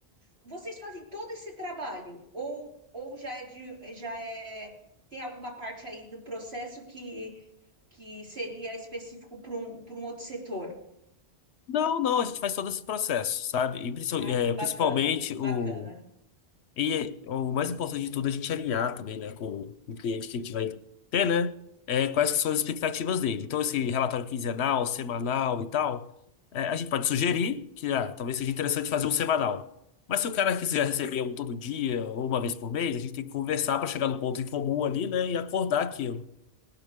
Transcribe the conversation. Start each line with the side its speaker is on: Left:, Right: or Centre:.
Right: Vocês fazem todo esse trabalho, ou, ou já é de, já é, tem alguma parte aí do processo que, que seria específico para um, para um outro setor?
Left: Não, não, a gente faz todo esse processo, sabe? E princi-
Right: Ai,
Left: é,
Right: que bacana,
Left: principalmente o,
Right: bacana.
Left: E o mais importante de tudo é a gente alinhar também, né, com o cliente que a gente vai ter, né? é, quais que são as expectativas dele. Então, esse relatório quinzenal, semanal e tal, é, a gente pode sugerir que ah, talvez seja interessante fazer um semanal. Mas se o cara quiser receber um todo dia ou uma vez por mês, a gente tem que conversar para chegar no ponto em comum ali, né, e acordar aquilo.